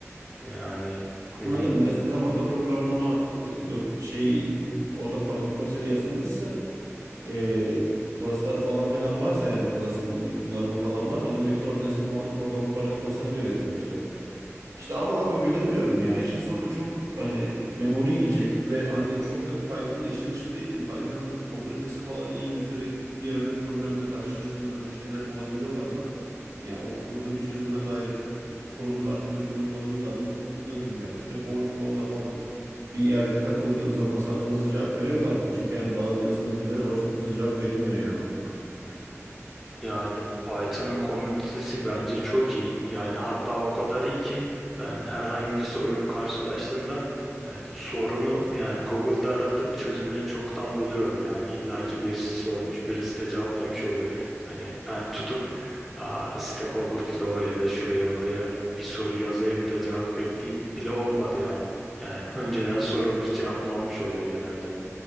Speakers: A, in the centre; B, on the right.
A: yani ne
B: Anladım.
A: bileyim
B: Nesne tabanlı programlama e, dok- şey o da paradigma yazılmışsa e, klaslar falan filan varsa yani klas kullanımı falan varsa o da büyük ihtimalle nesne tabanlı programlama paradigmasına göre yazılmıştır. İşte ama abi bilemiyorum ya. İşin sonunda çok hani memori yiyecek ve hani çok da Python'la işi dışı değilim. Python'ın komünitesi falan iyi mi? Sürekli bir yerde problemle karşılaştığın zaman şeyler bulabiliyorlar mı? Ya o problemin çözümüne dair e, forumlarda döküman bulabiliyorlar mı? Bunu da bilmiyorum. Stack Overflow'da falan bir yerde takıldığın zaman sana hızlı cevap veriyorlar mı? Çünkü hani bazı yazılım dilleri var çok hızlı cevap verilmiyor yani o konu hakkında. yani.
A: Yani Python'ın komünitesi bence çok iyi. Yani hatta o kadar iyi ki ben herhangi bir sorun karşılaştığımda yani sorunu yani Google'da aratıp çözümünü çoktan buluyorum. Yani illaki birisi sormuş, birisi de cevaplamış oluyor. Hani ben tutup aa, Stack Overflow'a ya da şuraya buraya bir soru yazayım da cevap bekleyeyim bile olmadı yani. Yani önceden sorumuz cevaplanmış oluyor genelde.